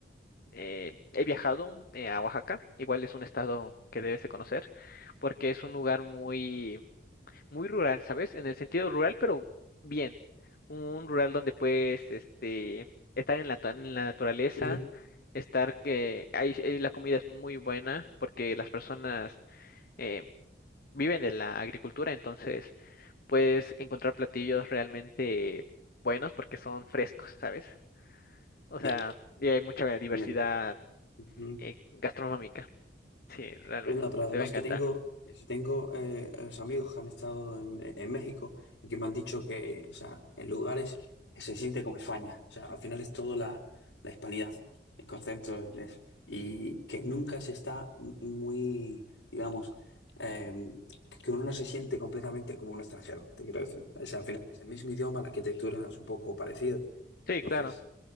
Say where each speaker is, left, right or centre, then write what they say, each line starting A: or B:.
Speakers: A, on the left; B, on the left.
A: eh, he viajado eh, a Oaxaca, igual es un estado que debes de conocer, porque es un lugar muy muy rural, ¿sabes? En el sentido rural, pero bien. Un rural donde puedes, este, estar en la, ta- en la naturaleza,
B: ujú,
A: estar que ahí, eh, la comida es muy buena porque las personas eh, viven de la agricultura, entonces puedes encontrar platillos realmente buenos porque son frescos, ¿sabes? O sea,
B: Ya.
A: y hay mucha diversidad
B: Bien. Ujú.
A: eh, gastronómica. Sí, realmente,
B: Eh, No, pero además
A: te va a encantar.
B: que tengo, si tengo eh, eh, amigos que han estado en, en México y que me han dicho que, o sea, en lugares que se siente como España. O sea, al final es todo la, la hispanidad, el concepto. es- y que nunca se está m- muy, digamos, eh, que uno no se siente completamente como un extranjero, te quiero decir. O sea, al final es el mismo idioma, la arquitectura es un poco parecida también.
A: Sí,
B: Entonces,
A: claro,